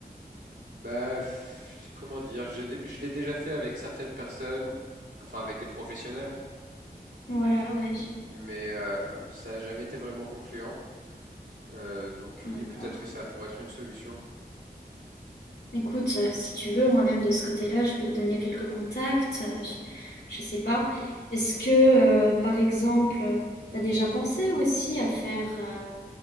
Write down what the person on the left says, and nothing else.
voilà, ouais,
d'accord.
Écoute, euh, si tu veux, moi-même de ce côté-là, je peux te donner quelques contacts. euh, je, je sais pas. Est-ce que, euh, par exemple, t'as déjà pensé aussi à faire, euh,